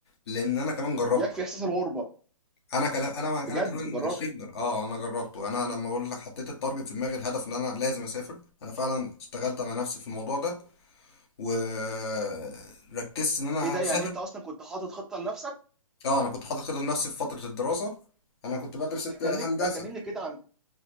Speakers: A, on the left (about 45°); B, in the centre.
A: لان انا كمان جربته
B: يكفي احساس الغربه
A: انا كلام انا انا
B: بجد
A: كمان
B: جربت
A: شريف جر- اه انا جربته انا لما اقول لك حطيت التارجت في دماغي الهدف ان انا لازم اسافر انا فعلا اشتغلت على نفسي في الموضوع ده وركزت ان انا
B: ايه ده يعني
A: اسافر
B: انت اصلا كنت حاطط خطه لنفسك
A: اه انا كنت حاطط خطه لنفسي في فتره الدراسه انا كنت بدرس
B: طب ما اتكلم
A: هندسه
B: ما اتكلمني كده عن